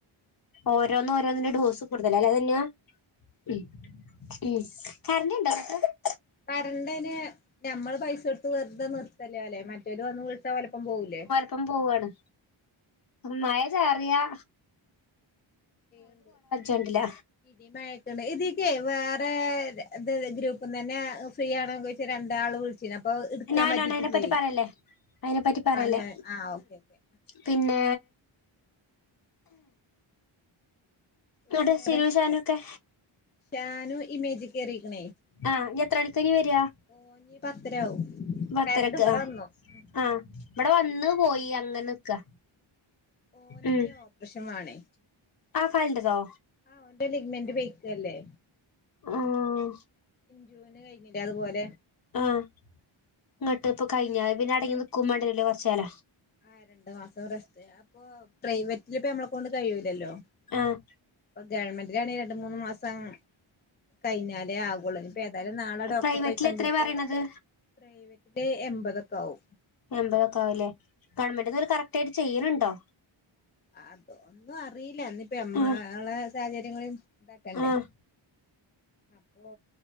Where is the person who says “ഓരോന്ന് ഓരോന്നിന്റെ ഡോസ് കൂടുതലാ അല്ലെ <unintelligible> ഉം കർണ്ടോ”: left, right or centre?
Left